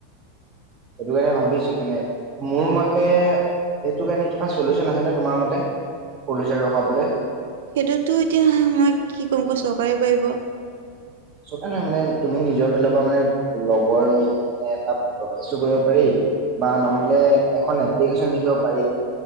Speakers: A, on the right; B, on the right.
A: সেইটো কাৰণে ভাবিছো মানে, মোৰ মতে সেইটো কাৰণে কিবা চলিউচন আছে নে, তোমাৰ মতে পল্লিউছন ৰখাবলৈ?
B: সেইটোতো এতিয়া মই কি কম, অকল চৰকাৰে পাৰিব।
A: চৰকাৰ নহয়, মানে তুমি নিজৰ ফালৰ পৰা মানে, লগৰ মিলি কেনে এটা প্ৰতেষ্ট পাৰি, বা নহলে এখন এপ্লিকেশন লিখিব পাৰি,